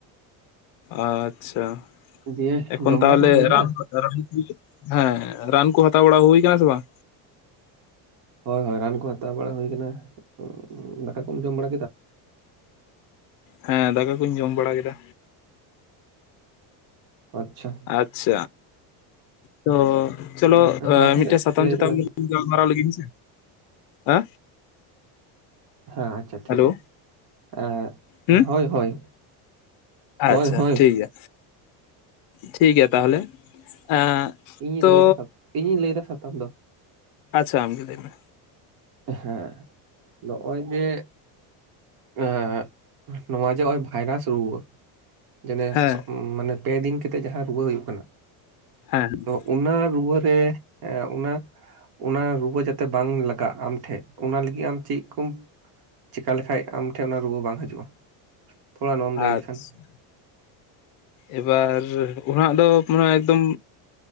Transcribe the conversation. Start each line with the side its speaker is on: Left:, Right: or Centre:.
Left: ᱟᱪᱪᱷᱟ
Right: ᱫᱤᱭᱮ
Left: ᱮᱠᱷᱚᱱ
Right: ᱡᱚᱢ
Left: ᱛᱟᱦᱚᱞᱮ
Right: ᱵᱟᱲᱟ ᱠᱚ ᱦᱩᱭᱱᱟ
Left: ᱨᱟᱱ ᱫᱚ ᱨᱟᱱ <unintelligible> ᱦᱮᱸ ᱨᱟᱱ ᱠᱚ ᱦᱟᱛᱟᱣ ᱵᱟᱲᱟ ᱦᱩᱭ ᱟᱠᱟᱱᱟ ᱥᱮ ᱵᱟᱝ?
Right: ᱦᱳᱭ ᱦᱳᱭ ᱨᱟᱱ ᱠᱚ ᱦᱟᱛᱟᱣ ᱵᱟᱲᱟ ᱦᱩᱭ ᱠᱟᱱᱟ <unintelligible> <unintelligible> ᱡᱚᱢᱲᱟ
Left: ᱦᱮᱸ ᱫᱟᱠᱟ ᱠᱩᱧ ᱡᱚᱢ ᱵᱟᱲᱟ ᱠᱮᱫᱟ᱾
Right: ᱟᱪᱪᱷᱟ
Left: ᱟᱪᱪᱷᱟ ᱛᱚ ᱪᱚᱞᱚ
Right: ᱢᱟ ᱛᱟᱦᱚᱞᱮ
Left: ᱢᱤᱫᱴᱮ ᱥᱟᱛᱟᱢ
Right: ᱞᱟᱹᱭ
Left: ᱪᱮᱛᱟᱢ
Right: ᱛᱟᱞᱟᱝ
Left: ᱜᱟᱞᱢᱟᱨᱟᱣ ᱞᱤᱜᱤᱧ ᱥᱮ ᱟ
Right: ᱦᱮᱸ ᱟᱪᱪᱷᱟ ᱴᱷᱤᱠ
Left: ᱦᱮᱞᱳ
Right: ᱜᱮᱭᱟ
Left: ᱦᱩᱸ
Right: ᱮ ᱦᱳᱭ ᱦᱳᱭ
Left: ᱟᱪᱪᱷᱟ
Right: ᱦᱳᱭ ᱦᱳᱭ
Left: ᱴᱷᱤᱠ ᱜᱮᱭᱟ ᱴᱷᱤᱠ ᱜᱮᱭᱟ ᱛᱟᱦᱞᱮ᱾ ᱮ
Right: ᱤᱧᱤᱧ
Left: ᱛᱚ
Right: ᱞᱟᱹᱭᱫᱟ ᱥᱟ ᱤᱧᱤᱧ ᱞᱟᱹᱭᱫᱟ ᱥᱟᱛᱟᱢ ᱫᱚ
Left: ᱟᱪᱪᱷᱟ ᱟᱢᱜᱮ ᱞᱟᱹᱭ ᱢᱮ᱾
Right: ᱦᱮᱸ ᱱᱚᱜᱼᱚᱭ ᱡᱮ ᱟᱸ ᱱᱚᱣᱟ ᱡᱮ ᱱᱚᱜᱼᱚᱭ ᱵᱷᱟᱭᱨᱟᱥ ᱨᱩᱣᱟᱹ᱾ <unintelligible>
Left: ᱦᱮᱸ
Right: ᱢᱟᱱᱮ ᱯᱮ ᱫᱤᱱ ᱛᱷᱮᱠᱮ ᱡᱟᱦᱟᱸ ᱨᱩᱣᱟᱹ ᱦᱩᱭᱩᱜ ᱠᱟᱱᱟ᱾
Left: ᱦᱮᱸ
Right: ᱛᱚ ᱚᱱᱟ ᱨᱩᱣᱟᱹ ᱨᱮ ᱮ ᱚᱱᱟ ᱚᱱᱟ ᱨᱩᱣᱟᱹ ᱡᱟᱛᱮ ᱵᱟᱝ ᱞᱟᱜᱟᱜ ᱟᱢᱴᱷᱮᱜ ᱚᱱᱟ ᱞᱟᱹᱜᱤᱫ ᱟᱢ ᱪᱮᱜ ᱠᱚᱢ ᱪᱤᱠᱟ ᱞᱮᱠᱟᱪ ᱟᱢ ᱴᱷᱮᱜ ᱚᱱᱟ ᱨᱩᱣᱟᱹ ᱵᱟᱝ ᱦᱤᱡᱩᱜᱼᱟ᱾ ᱛᱷᱳᱲᱟ ᱱᱚᱣᱟᱢ ᱞᱟᱹᱭ
Left: ᱟᱪᱪᱷᱟ
Right: ᱞᱮᱠᱷᱟᱱ
Left: ᱮᱵᱟᱨ ᱩᱱᱟᱹᱜ ᱫᱚ ᱢᱟᱱᱮ ᱮᱠᱫᱚᱢ